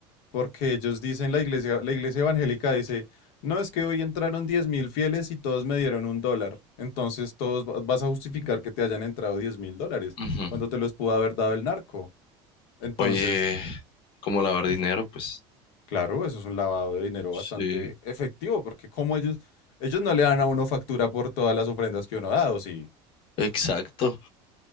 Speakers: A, on the left; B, on the left.
A: Porque ellos dicen, la iglesia, la iglesia evangélica dice, no, es que hoy entraron diez mil fieles y todos me dieron un dólar. Entonces todos va- vas a justificar que te hayan entrado diez mil dólares,
B: Ujú.
A: cuando te los pudo haber dado el narco. Entonces,
B: Oye, como lavar dinero, pues.
A: claro, eso es un lavado de dinero
B: Sí,
A: bastante efectivo, porque como ellos, ellos no le dan a uno factura por todas las ofrendas que uno ha dado, sí.
B: exacto.